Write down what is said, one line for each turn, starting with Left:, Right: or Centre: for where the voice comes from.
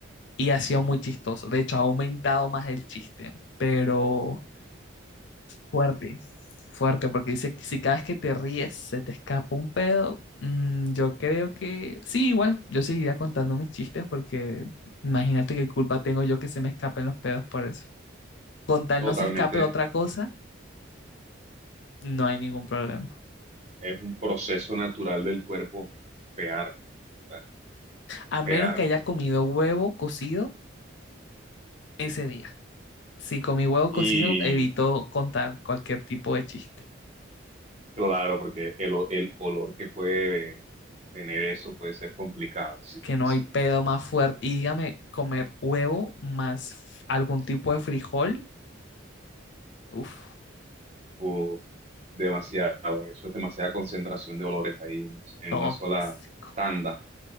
Left: y ha sido muy chistoso. De hecho, ha aumentado más el chiste, pero fuerte, fuerte, porque dice que si cada vez que te ríes se te escapa un pedo, mm, yo creo que sí, igual, yo seguiría contando mis chistes porque imagínate qué culpa tengo yo que se me escapen los pedos por eso. Con tal
Right: Totalmente.
Left: no se escape otra cosa, no hay ningún problema.
Right: Es un proceso natural del cuerpo pear, o sea,
Left: A menos
Right: pear.
Left: que haya comido huevo cocido ese día. Si comí huevo
Right: Y
Left: cocido, evito contar cualquier tipo de chiste.
Right: claro, porque el, o- el olor que puede tener eso puede ser complicado. Sí,
Left: Que no
Right: sí.
Left: hay pedo más fuerte. Y dígame, comer huevo más f- algún tipo de frijol, uff,
Right: Uf, demasiado. Eso es demasiada concentración de olores ahí en en
Left: tóxico,
Right: una sola tanda.